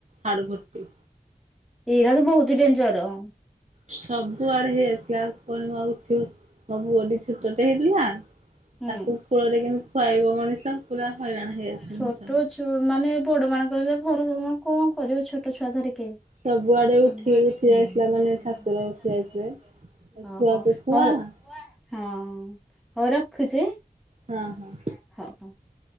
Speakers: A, on the right; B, in the centre.
A: ହାଡଫୁଟି।
B: ଏଇରାକ ବହୁତ ଡେଞ୍ଜର।
A: ସବୁଆଡେ ହେଇଯାଇଥିଲା ପୁଣି ମୁଁ ଆଉ ଉଠି ସବୁ <unintelligible> ଛୋଟ ଟେ ହେଇଥିଲା ତାକୁ
B: ହୁଁ
A: କୂଳରେ କେମତି ଖୁଆଇବ? ମଣିଷ ପୁରା ହଇରାଣ ହେଇଯାଇଥିଲି
B: ଛୋଟ
A: ସେ ସମୟରେ।
B: ଛୁ ଚୁ ମାନେ ବଡମାନଙ୍କର ଯଦି ଘର <unintelligible> କଣ କରିବ ଛୋଟ ଛୁଆ ଧରିକି।
A: ସବୁଆଡେ ଉଠି
B: ସବୁଆଡେ
A: ଉଠି
B: ଉଠିକି
A: ଯାଇଥିଲା ମାନେ
B: ଯାଇଥିଲା
A: ଠାକୁର
B: ମାନେ
A: ଉଠି
B: ଛାତ
A: ଯାଇଥିଲେ
B: ଓହୋ
A: ଛୁଆକୁ ହୁଆଁ
B: ହଉ
A: ହା
B: ହଁ। ହଉ ରଖୁଛି
A: ହଁ ହଁ।
B: <unintelligible>